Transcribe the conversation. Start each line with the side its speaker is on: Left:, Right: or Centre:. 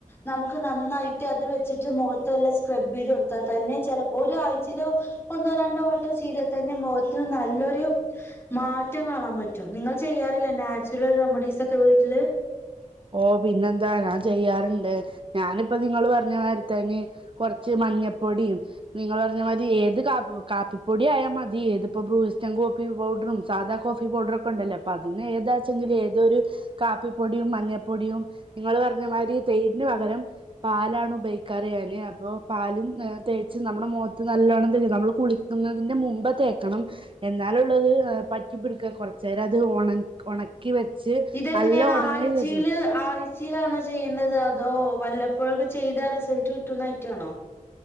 Left: നമുക്ക് നന്നായിട്ട് അത് വെച്ചിട്ട് മുഖത്തെ എല്ലാം സ്ക്രബ് ചെയ്ത് കൊടു തന്നെ ചിലപ്പോ ഒരാഴ്ചയിലോ ഒന്നോ രണ്ടോ വട്ടോ ചെയീതാൽ തന്നെ മുഖത്തിന് നല്ലൊരു മാറ്റം കാണാൻ പറ്റും നിങ്ങൾ ചെയ്യാറില്ല നാച്ചുറൽ റെമഡീസ് ഒക്കെ വീട്ടില്
Right: ഓ പിന്നെന്താ ഞാൻ ചെയ്യാറുണ്ട് ഞാനിപ്പോ നിങ്ങ പറഞ്ഞ മാതിരിത്തേന് കുറച്ച് മഞ്ഞപ്പൊടിയും നിങ്ങൾ പറഞ്ഞ മാതി ഏത് കാപ്പി കാപ്പിപ്പൊടി ആയാ മതി ഏതിപ്പോ ബ്രൂയിസ്റ്റം കോഫി പൗഡറും സാധാ കോഫി പൗഡറ ഒക്കെ ഉണ്ടല്ലേ അപ്പൊ അതിന്ന് ഏതാച്ചെങ്കിലും ഏതൊരു കാപ്പിപ്പൊടിയും മഞ്ഞ പ്പൊടിയും നിങ്ങൾ പറഞ്ഞമാതിരി തേരിന് പകരം പാലാണ് ഉപയോഗിക്കാർ ഞാന് അപ്പൊ പാലും തേച്ച് നമ്മുടെ മുഖത്ത് നല്ലവോണം തേച്ച നമ്മള് കുളിക്കുന്നതിന്റെ മുമ്പ് തേക്കണം എന്നാലള്ളത് പറ്റിപ്പിടിക്കുക കുറച്ച നേര അത്ണ ക്കി വെച്ച്
Left: ഇതെങ്ങനെയാണ്
Right: നല്ല ഉണങ്ങിയ
Left: ആഴ്ചയില്
Right: ചോദിച്ചു
Left: ആഴ്ചയിലാണോ ചെയ്യേണ്ടത് അതോ വല്ലപ്പോഴൊക്കെ ചെയ്താ റിസൾട്ട് കിട്ടുന്നായിട്ടാണോ